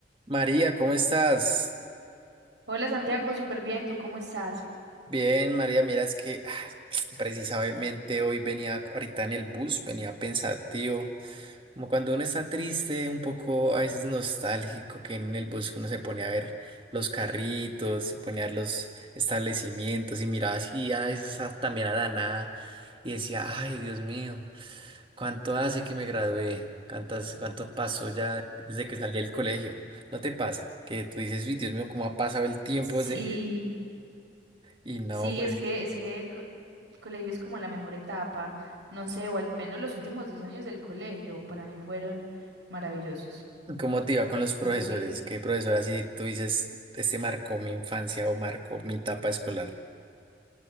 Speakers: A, on the right; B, on the right.
A: María, ¿cómo estás?
B: Hola Santiago, súper bien, ¿tú cómo estás?
A: Bien, María, mira, es que ah, precisamente hoy venía ahorita en el bus, venía pensativo, como cuando uno está triste, un poco a veces nostálgico, que en el bus que uno se pone a ver los carritos, se pone a ver los establecimientos y miraba así a veces a- también a la nada y decía, ay, Dios mío, ¿cuánto hace que me gradué? ¿Cuántas, cuánto pasó ya desde que salí del colegio? ¿No te pasa? Que tú dices, uy, Dios mío, ¿cómo ha pasado el tiempo
B: Sí,
A: desde que Y no,
B: sí,
A: pues,
B: es que, es que el, co- el colegio es como la mejor etapa, no sé, o al menos los últimos dos años del colegio para mí fueron maravillosos.
A: ¿cómo te iba con los profesores?
B: No sé a ti
A: ¿Qué profesor así tú dices, este marcó mi infancia o marcó mi etapa escolar?